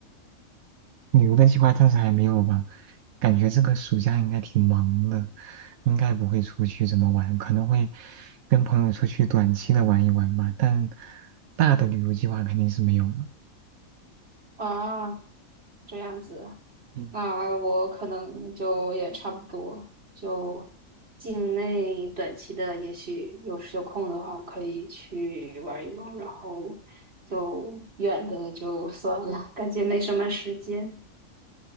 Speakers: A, on the right (about 85°); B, on the right (about 45°).
A: 旅游的计划暂时还没有吧，感觉这个暑假应该挺忙的，应该不会出去怎么玩，可能会跟朋友出去短期的玩一玩吧，但大的旅游计划肯定是没有了。
B: 啊，这样子，
A: 嗯
B: 那我可能就也差不多，就境内短期的，也许有时有空的话，可以去玩一玩，然后就远的就算了，感觉没什么时间。